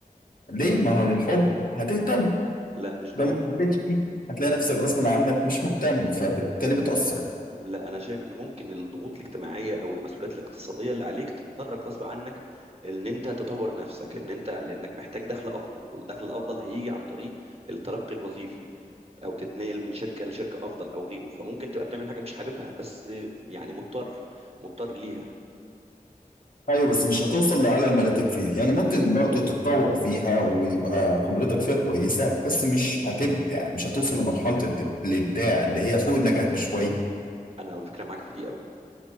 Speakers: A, on the left; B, on the right.
A: ليه ما هو الحب هتهتم
B: لا مش ضروري
A: لو ما حبيتش فيه هتلاقي نفسك غصب عنك مش مهتم فبالتالي بتأثر
B: لا انا شايف ان ممكن الضغوط الاجتماعيه او المسؤوليات الاقتصاديه اللي عليك تضطرك غصب عنك ان انت تطور نفسك ان انت لانك محتاج دخل افضل والدخل الافضل هيجي عن طريق الترقي الوظيفي او تتنقل من شركه لشركه افضل او غيره فممكن تبقى بتعمل حاجه مش حاببها بس يعني مضطر مضطر ليها
A: ايوه بس مش هتوصل لأعلى المراتب فيها يعني ممكن برضو تتطور فيها ويبقى خبرتك فيها كويسة بس مش هتبدع مش هتوصل لمرحلة الد- الإبداع اللي هي فوق النجاح بشوية
B: انا على فكره معاك في دي قوي